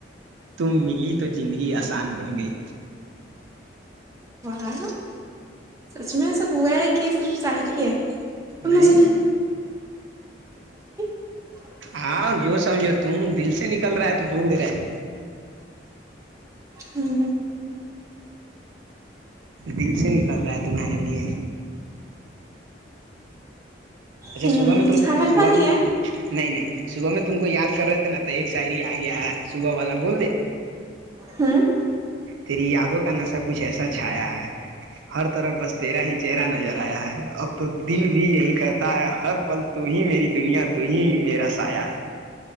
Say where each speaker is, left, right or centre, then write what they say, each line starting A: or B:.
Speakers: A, on the right; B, on the right.
A: تم ملی تو زندگی آسان بن گئی
B: وہاں سچ میں ایسا ہوا ہے کہ صرف سائڈ ہی ہے اور
A: نہیں
B: مجھے <unintelligible>
A: ہاں جو سمجھو تم دل سے نکل رہا ہے تو بول دے رہے
B: ہمم
A: دل سے نکل رہا ہے تمہارے لیے اچھا
B: ہ
A: صبح میں تم
B: کھانا
A: صبح
B: کھا لیا
A: میں نہیں نہیں صبح میں تم کو یاد کرہے تھے نہ تو ایک ساعری آ گیا ہے صبح والا بول دے
B: ہوں
A: ترییاد <inaudible> کا نسا کچھ ایسا چھایا ہے ہر طرف بس تیرا ہی چہرہ نظر آیا ہے اب تو دل بھی یہی کا ہے ہر پل ت ہی میری دنیا ت ہی میرا سایا ہے